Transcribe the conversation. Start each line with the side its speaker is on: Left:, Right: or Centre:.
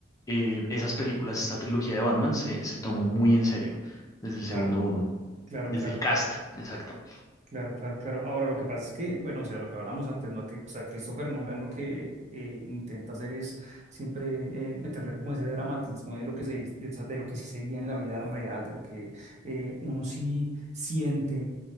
Left: eh, esas películas, esta trilogía de Batman se, se tomó muy en serio desde el
Right: claro,
Left: segundo uno,
Right: claro,
Left: desde
Right: claro,
Left: el cast,
Right: claro.
Left: exacto.
Right: Claro, claro, claro. Ahora, lo que pasa es que, bueno, o sea, lo que hablamos antes, ¿no? Que, o sea, Christopher Nolan lo que eh, intenta hacer es siempre eh, meterle como ese dramatismo de lo que se, de, de lo que sí sería en la vida real, de lo que eh, uno sí siente